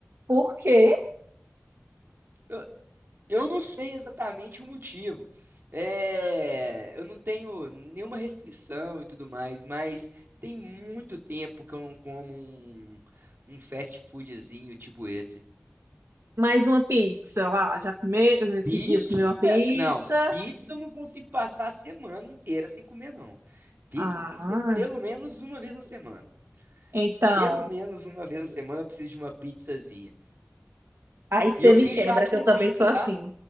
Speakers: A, on the right; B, on the right.
A: Por quê?
B: Eu, eu não sei exatamente o motivo. É, eu não tenho nenhuma restrição e tudo mais, mas tem muito tempo que eu não como um, um fast foodzinho tipo esse.
A: Mais uma pizza lá. Já comeu esses
B: Pizza?
A: dias comeu uma pizza?
B: Não, pizza eu não consigo passar a semana inteira sem comer, não. Pizza
A: Ah,
B: tem que ser pelo menos uma vez na semana.
A: então.
B: Pelo menos uma vez na semana eu preciso de uma pizzazinha.
A: Aí você
B: E eu
A: me
B: fiquei
A: quebra,
B: chato
A: que
B: com
A: eu também
B: pizza,
A: sou assim.
B: tá?